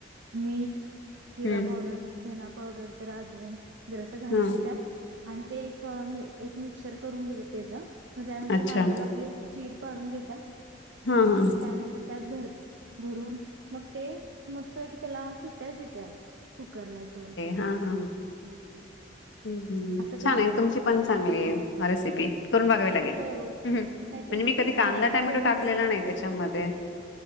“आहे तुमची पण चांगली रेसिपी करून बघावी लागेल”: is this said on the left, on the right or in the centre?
Left